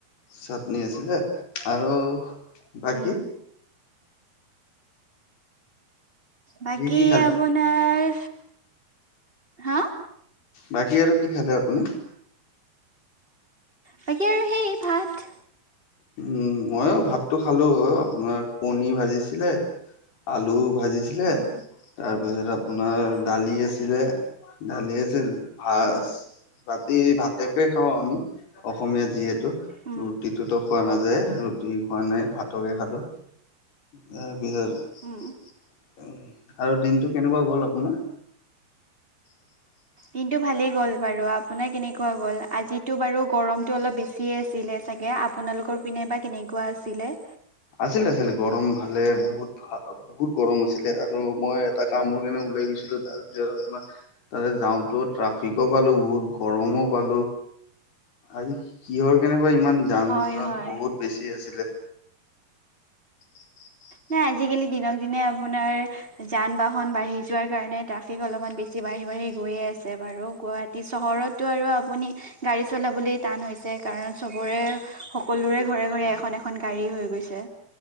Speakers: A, on the left (about 75°); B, on the right (about 15°).
A: চাটনি আছিলে আৰু বাকী?
B: উম বাকী
A: কি খালে
B: আপোনাৰ হা!
A: বাকী আৰু কি খালে আপুনি?
B: বাকী আৰু সেই ভাত।
A: উম, মইও অ ভাতটো খালো আপোনাৰ কণী ভাজিছিলে, আলু ভাজিছিলে,
B: উম
A: তাৰপিছত আপোনাৰ
B: উম
A: দালি আছিলে, দালি আছি তেল ভাচ,
B: উম
A: ৰাতি ভাতেকে খাওঁ আমি অসমীয়া যিহে টো,
B: উম
A: ৰুটিটো ত খোৱা নাযায়,
B: উম
A: ৰুটি খোৱা নাই ভাতকে খালো। তাৰ পিছত
B: উম
A: আৰু দিনটো কেনেকুৱা গ'ল আপোনাৰ? <inaudible>
B: দিনটো ভালে গ'ল বাৰু আপোনাৰ কেনেকুৱা গ'ল আজিটো বাৰু গৰমটো অলপ বেছিয়ে আছিলে চাগে? য়া আপোনালোকৰ পিনে বা কেনেকুৱা আছিলে?
A: আছিলে আছিলে গৰম ভালে বহুত ভ বহুত গৰম আছিলে আৰু মই এটা কামৰ কাৰণে ওলাই গৈছিলো তাৰ পিছত আপোনাৰ তাতে যাওঁতো ট্ৰাফিকো পালো বহুত গৰমো পালো। আজি কিহৰ কেনেকোৱা ইমান যান
B: হয়
A: জট্ৰ
B: হয়
A: বহুত বেছি আছিলে। উ <inaudible>
B: নাই আজিকালি দিনক দিনে আপোনাৰ যান- বাহন বাঢ়ি যোৱাৰ কাৰণে ট্ৰাফিক অলপমান বেছি বাঢ়ি সেই বাঢ়ি গয়ে আছে বাৰু গুৱাহাটী চহৰতটো আৰু আপুনি গাড়ী চলাবলে টান হৈছে কাৰণ কাৰন চবৰে সকলোৰে ঘৰে ঘৰে এখন এখন গাড়ী হৈ গৈছে।